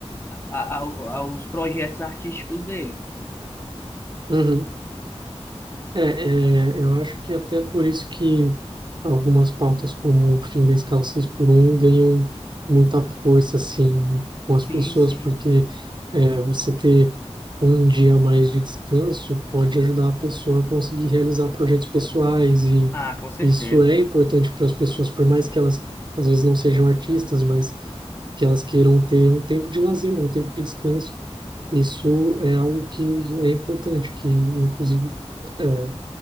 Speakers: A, on the left; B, on the right.
A: a- ao- aos projetos artísticos dele.
B: Uhum. É, é, eu acho que até por isso que algumas pautas como o fim da escala 6 por um ganham muita força assim com
A: Sim,
B: as pessoas,
A: sim.
B: porque é, você ter um dia a mais de descanso pode ajudar a pessoa a conseguir realizar projetos pessoais e
A: Ah, com certeza.
B: isso é importante para as pessoas, por mais que elas às vezes não sejam artistas, mas que elas queiram ter um tempo de lazer, um tempo de descanso. Isso é algo que é importante, que inclusive é,